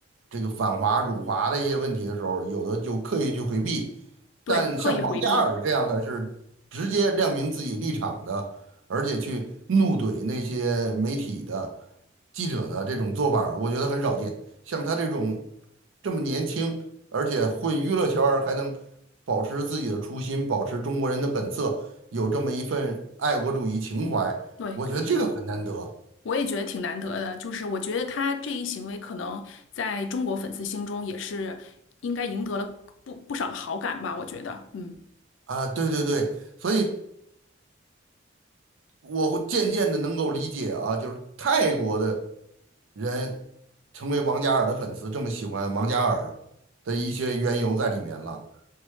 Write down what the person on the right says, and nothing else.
这个反华辱华的一些问题的时候，有的就刻意去回避，
但像王嘉尔这样的是直接亮明自己立场的。
而且去怒怼那些媒体的记者的这种做法儿我觉得很少见。像他这种这么年轻，而且混娱乐圈儿还能保持自己的初心，保持中国人的本色，有这么一份爱国主义情怀，
我觉得这个很难得
啊！对对对，所以我会渐渐的能够理解啊，就是泰国的人成为王嘉尔的粉丝，这么喜欢王嘉尔的一些缘由在里面了。